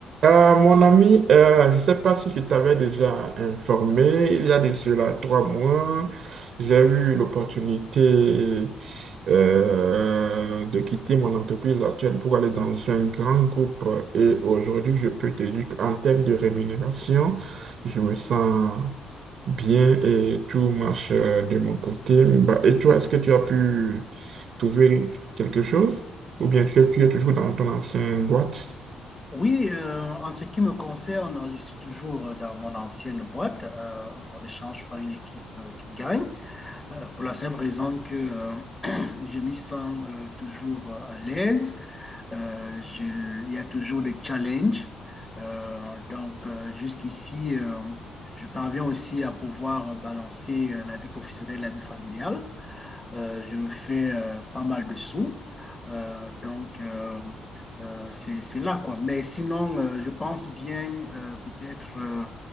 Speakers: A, on the right (about 65°); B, on the left (about 20°).
A: Euh, mon ami, euh, je ne sais pas si je t'avais déjà informé, il y a de cela trois mois, j'ai eu l'opportunité euh, de quitter mon entreprise actuelle pour aller dans un grand groupe. Et aujourd'hui, je peux te dire qu'en termes de rémunération, je me sens bien et tout marche euh, de mon côté. Bah, et toi, est-ce que tu as pu trouver quelque chose? Ou bien tu es, tu es toujours dans ton ancienne boîte?
B: Oui, euh, en ce qui me concerne, je suis toujours dans mon ancienne boîte. Euh, on ne change pas une équipe euh, qui gagne, euh, pour la simple raison que euh, je m'y sens euh, toujours euh, à l'aise. Euh, je- il y a toujours des challenges. Euh, donc, euh, jusqu'ici, euh, je parviens aussi à pouvoir balancer euh, la vie professionnelle et la vie familiale. Euh, je me fais euh, pas mal de sous. Euh, donc, euh, euh, c'est c'est là, quoi. Mais sinon, euh, je pense bien euh, peut-être euh,